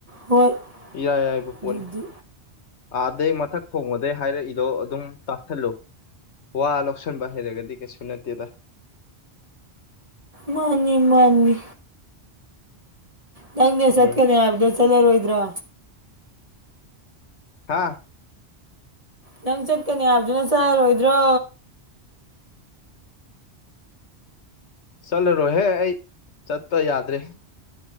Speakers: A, on the right (about 35°); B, on the left (about 85°).
A: ꯍꯣꯏ
B: ꯏꯌꯥꯏ ꯂꯥꯏꯕ
A: ꯑꯗꯨꯗꯤ
B: ꯄꯣꯠꯅꯤ ꯑꯥꯗꯩ ꯃꯊꯛ ꯊꯣꯡꯕꯗꯩ ꯍꯥꯏꯔꯛꯏꯗꯣ ꯑꯗꯨꯝ ꯇꯥꯥꯁꯤꯜꯂꯨ ꯋꯥ ꯂꯧꯁꯟꯕ ꯍꯩꯔꯒꯗꯤ ꯀꯩꯁꯨ ꯅꯠꯇꯦꯗ
A: ꯃꯥꯅꯤ ꯃꯥꯅꯤ ꯅꯪꯅꯦ
B: ꯎꯝ
A: ꯆꯠꯀꯅꯤ ꯍꯥꯏꯕꯗꯣ ꯆꯠꯂꯔꯣꯏꯗ꯭ꯔꯣ
B: ꯍꯥꯥ
A: ꯅꯪ ꯆꯠꯀꯅꯤ ꯍꯥꯏꯕꯗꯨꯅ ꯆꯔꯣꯏꯗ꯭ꯔꯣ
B: ꯆꯠꯂꯨꯔꯣꯍꯦ ꯑꯩ ꯆꯠꯇ ꯌꯥꯗ꯭ꯔꯦ